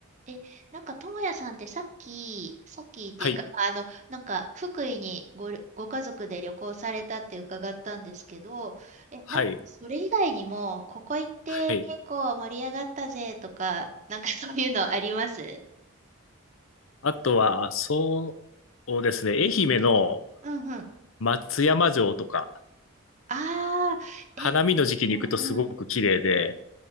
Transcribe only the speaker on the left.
はい、
はい、
はい。
あとは、そうですね、愛媛の
松山城とか、
花見の時期に行くとすごく綺麗で、